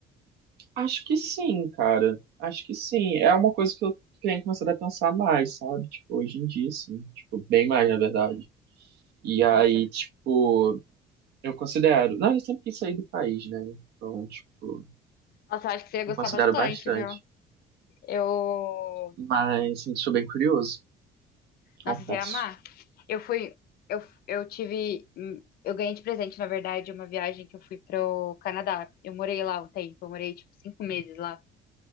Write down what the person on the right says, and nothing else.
acho que sim, cara. Acho que sim. É uma coisa que eu tenho começado a pensar mais, sabe? Tipo, hoje em dia, sim. Tipo, bem mais, na verdade. E aí,
tipo. Eu considero. Não, eu sempre quis sair do país, né? Então, tipo,
eu considero
bastante.
Mas, assim, sou bem curioso, confesso.